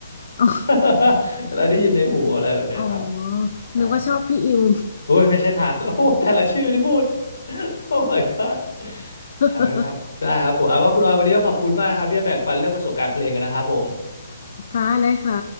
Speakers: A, on the left (about 55°); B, on the left (about 70°).
A: อ๋อ
B: <laughs> เราได้ยินในหูอะไรแบบเนี้ยครับ
A: อ๋อ
B: ใช่ครับ
A: นึกว่าชอบพี่อิว
B: โอ้ยไม่ใช่ทาง <laughs> โอ้แต่ละชื่อที่พูดโอ้ my god อ่าครับได้ครับผมเอาว่าคุณออยวันนี้ก็ขอบคุณมากนะครับที่มาแบ่งปันเรื่องประสบการณ์เพลงกันนะครับผม
A: <laughs> ค่ะเลยค่ะ